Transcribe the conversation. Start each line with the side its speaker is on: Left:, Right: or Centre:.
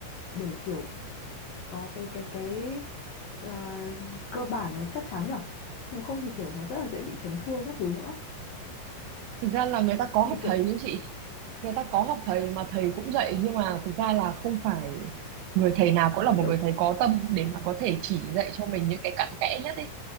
Left: để kiểu có cái cái cái ờ, cơ bản nó chắc chắn nhở nếu không thì kiểu nó rất là dễ bị chấn thương các thứ nữa
Right: thực ra là người ta có
Left: thì
Right: học
Left: kiểu
Right: thầy ấy chị người ta có học thầy mà thầy cũng dạy nhưng mà thực ra là không phải người thầy nào cũng là
Left: như
Right: một
Left: kiểu
Right: người thầy có tâm để mà có thể chỉ dạy cho mình những cái cặn kẽ nhất ấy